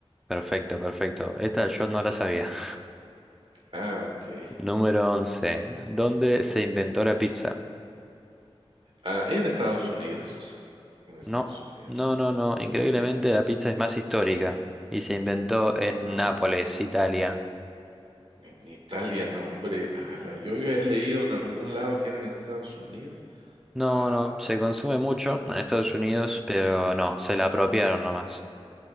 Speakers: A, in the centre; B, on the right (about 60°).
A: Perfecto, perfecto. Esta yo no la sabía. <laughs>
B: Ah, okey.
A: Número 11. ¿Dónde se inventó la pizza?
B: Ah, en Estados Unidos, en Estados
A: No,
B: Unidos.
A: no, no, no. Increíblemente la pizza es más histórica y se inventó en
B: Ah,
A: Nápoles, Italia.
B: en Italia, no, hombre, ala, yo había leído en algún lado que era en Estados Unidos.
A: No,
B: Ah,
A: no, se consume mucho en Estados Unidos, pero no, se la apropiaron
B: sí.
A: nomás.